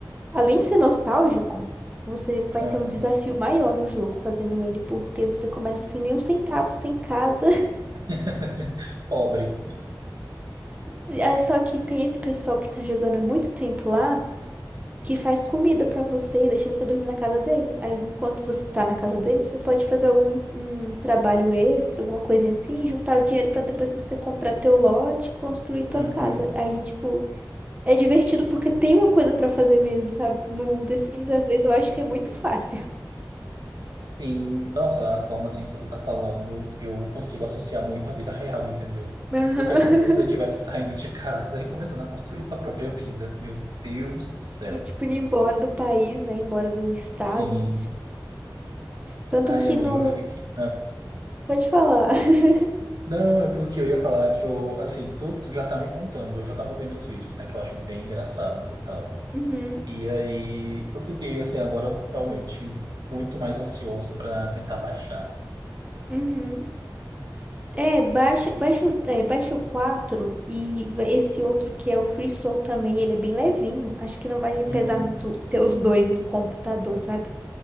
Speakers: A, on the right; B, on the right.
A: além de ser nostálgico, você vai
B: Aham.
A: ter um desafio maior no jogo fazendo ele, porque você começa sem nenhum centavo, sem casa.
B: <laughs> Pobre.
A: <laughs> Aí só que tem esse pessoal que tá jogando há muito tempo lá. que faz comida pra você e deixa você dormir na casa deles. Aí, enquanto você tá na casa deles, você pode fazer algum um trabalho extra, alguma coisinha assim, e juntar o dinheiro pra depois você comprar teu lote e construir tua
B: Uhum.
A: casa. Aí, tipo, é divertido porque tem uma coisa pra fazer mesmo, sabe? No The Sims, às vezes, eu acho que é muito fácil.
B: Sim, nossa, a forma assim que você tá falando, eu consigo associar muito à vida real, entendeu?
A: Aham.
B: Porque é como se você estivesse
A: <laughs>
B: <laughs> saindo de casa e começando a construir sua própria vida. Meu Deus do céu.
A: Sim, tipo, indo embora do país, né? Embora do estado.
B: Sim.
A: Tanto
B: Ai,
A: que
B: amiga,
A: no.
B: eu fiquei.
A: Pode falar. <laughs>
B: Não, é porque eu ia falar que eu, assim, tu tu já tá me contando, eu já tava vendo os vídeos, né, que eu acho bem engraçados e tal.
A: Uhum,
B: E aí eu fiquei, assim, agora realmente muito mais ansioso pra tentar baixar.
A: uhum. É, baixa, baixa, os- é, baixa o quatro e va- esse outro que é o Free Soul também, ele é bem levinho. Acho que não vai pesar
B: Uhum,
A: muito ter os dois no computador, sabe?